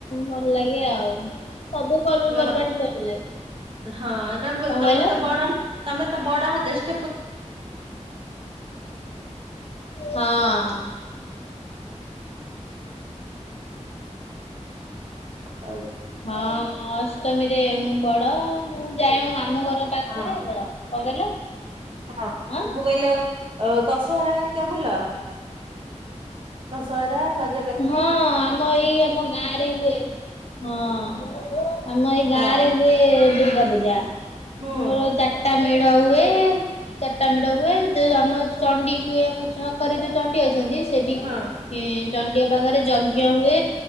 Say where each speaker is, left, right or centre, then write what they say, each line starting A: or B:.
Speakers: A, on the left (about 55°); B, on the right (about 45°).
A: ଭଲ ଲାଗେ ଆଉ। ସବୁ ପର୍ବପର୍ବାଣୀ
B: ହଁ
A: ଭଲ ଲାଗେ।
B: ହଁ ନା ମୁଁ କଇଲି
A: କଣ
B: ତମେ
A: କହିଲ
B: ତ ବଡ ତମେ ତ ବଡ ଜେସ୍ ତ ପୁ
A: ହଁ।
B: ହ
A: ହଁ ଅଷ୍ଟମୀରେ ମୁଁ ବଡ ମୁଁ ଯାଏ ମୋ ମାମୁଁ ଘର ପାଖରେ
B: ହଁ
A: ତ କଣ କହିଲ?
B: ହଁ
A: ଆଁ
B: ମୁଁ କହିଲି ଅ ଦଶ ସହରା ହେରିକା ବୁଲ? ଦଶହରା ଗଜଲକ୍ଷ୍ମୀ
A: ହଁ ଆମ ଏଇ ଆମ ଗାଁ ରେ ହୁଏ। ହଁ। ଆମ ଏଇ ଗାଁ
B: ହଁ
A: ରେ ହୁଏ ଦୁର୍ଗା ପୂଜା
B: ହୁଁ
A: ଆମର ଚାରିଟା ମେଢ ହୁଏ ଚାରଟା ମେଢ଼ ହୁଏ। ଯଉ ଆମ ଚଣ୍ଡି ହୁଏ ଆମ ଛକରେ ଯୋଉ ଚଣ୍ଡି ଅଛନ୍ତି ସେଠି
B: ହଁ
A: ଇ ଚ ପାଖରେ ଯଜ୍ଞ ହୁଏ